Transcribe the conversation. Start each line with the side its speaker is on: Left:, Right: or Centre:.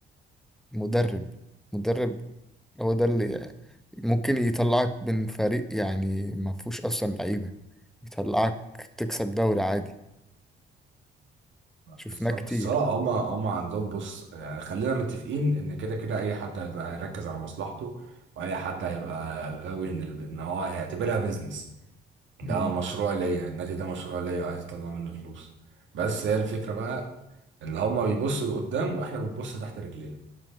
Centre: مدرب مدرب هو ده اللي ممكن يطلعك من فريق يعني ما فيهوش أصلا لعيبة يطلعك تكسب دوري عادي شفناه
Right: بالظبط
Centre: كتير
Right: سواء هما هما عندهم بص يعني خلينا متفقين إن كده كده أي حد هيبقى هيركز على مصلحته وأي حد هيبقى غاوي إن الب- إن هو هيعتبرها بيزنس
Centre: مم.
Right: ده مشروع ليا النادي ده مشروع ليا وعايز أطلع منه فلوس بس هي الفكرة بقى إن هما بيبصوا لقدام وإحنا بنبص تحت رجلينا